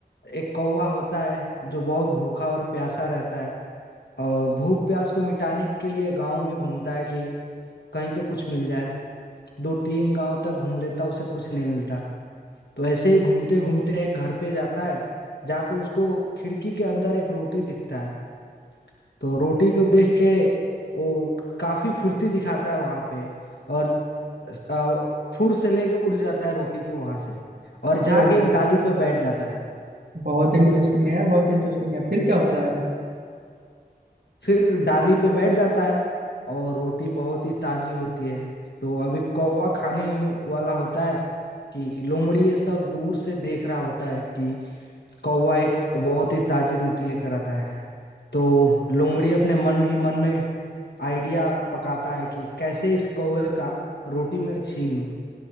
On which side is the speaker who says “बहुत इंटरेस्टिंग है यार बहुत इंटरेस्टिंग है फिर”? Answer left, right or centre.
Right